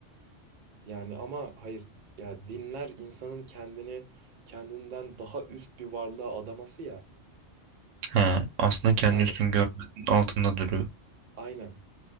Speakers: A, on the right; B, on the right.
A: Yani ama hayır ya dinler insanın kendini kendinden daha üst bir varlığa adaması ya.
B: He, aslında kendi
A: Yani
B: üstün görmenin altında duruyor.
A: aynen.